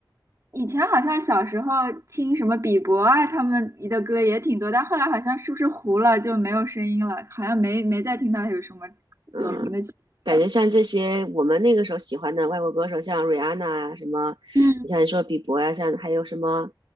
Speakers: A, on the right; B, on the right.
A: 以前好像小时候听什么比伯啊，他们的歌也挺多，但后来好像是不是糊了就没有声音了，好像没没再听到有什么有名的曲子了。
B: 嗯，感觉像这些我们那个时候喜欢的外国歌手，像瑞安娜啊，什么，
A: 嗯
B: 你像你说比伯呀、像还有什么